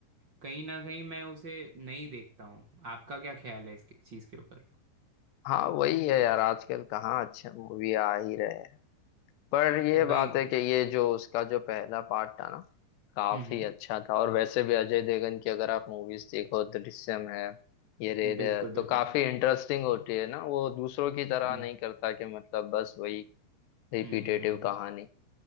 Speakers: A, on the right; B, on the left.
A: कहीं ना कहीं मैं उसे नहीं देखता हूँ आपका क्या ख्याल है इस चीज़ के ऊपर
B: हाँ वही है यार आजकल कहाँ अच्छे मूवी आ ही रहे पर ये
A: वही
B: बात है कि ये जो उसका जो पहला पार्ट था ना काफी
A: हम्म हम्म
B: अच्छा था और वैसे भी अजय देवगन की अगर आप मूवीज देखो दृश्यम है ये रेड
A: बिल्कुल
B: है
A: बिल्कुल
B: तो काफी इंटरेस्टिंग होती है ना वो दूसरों की तरह
A: हम्म
B: नहीं करता कि मतलब बस वही रिपीटेटिव
A: हम्म हम्म हम्म।
B: कहानी